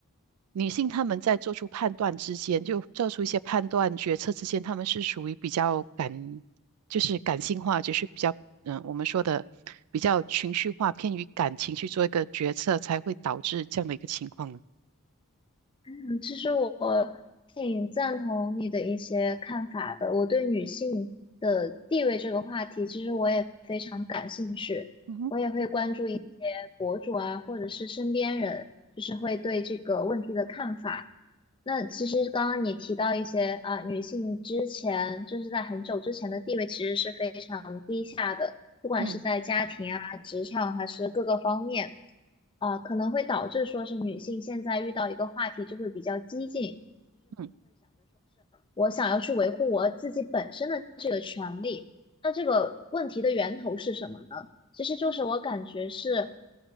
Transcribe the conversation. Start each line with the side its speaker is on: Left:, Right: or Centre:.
Right: 女性她们在做出判断之间，就做出一些判断决策之间，她们是属于比较感就是感性化，就是比较嗯，呃我们说的比较情绪化，偏于感情去做一个决策，才会导致这样的一个情况呢。
Left: 嗯，其实我挺赞同你的一些看法的。我对女性的地位这个话题，其实我也非常感兴趣，
Right: 嗯哼，
Left: 我也会关注一些博主啊，或者是身边人，就是会对这个问题的看法。那其实刚刚你提到一些啊，女性之前就是在很久之前的地位其实是非常低下的。不管是在家庭啊、
Right: 嗯
Left: 职场还是各个方面，啊、可能会导致说是女性现在遇到一个话题就会比较激进，
Right: 嗯
Left: 我想要去维护我自己本身的。这。那这个问题的源头是什么呢？其实就是我感觉是，